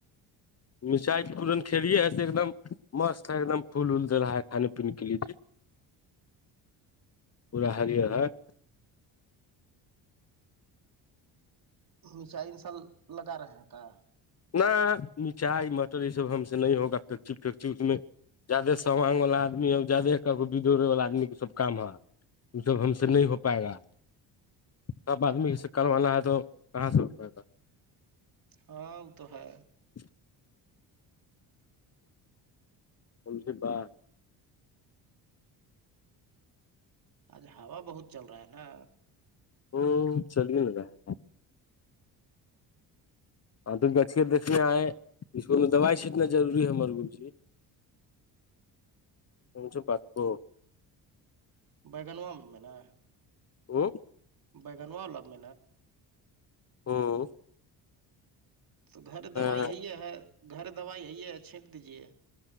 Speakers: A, on the left; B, on the right.
A: مرچائی پورن کلیے ہے ایک دم مست ہے ایکم پھول ال د رہا ہے کانے پینے کے لیے جی پورا ہریرہر
B: میچائی انساء لگا رہے ہیں کا
A: ن مٹھائی مٹر یہ سب ہم سے نہیں ہوگا فیکچی فیکچی اس میں جیادہ سامانگ والا آدمی ہے جیادہ کا ب دوڑے والا آدمی کی سب کام ہے وہ سب ہم سے نہیں ہو پائے گا سب آدمی سےک والا ہے تو کہاں سے اٹھ پائے گا
B: ہاں وہ تو ہے
A: <inaudible> ہول سے با
B: آج ہوا بہت چل رہا ہے نا
A: ہ چل ن رہا ہاں تو گچھے دیکنے آئے اس کو میں دوائی سٹنا روری ہے ہمر گ جی مچ بت کو
B: بگنوم م ہے
A: وہ
B: بگانو واللاب م
A: ہاں
B: تو گھر دوائی
A: ہیں
B: یہی ہے گھر دوائی یہی ہے چھینٹ دیجے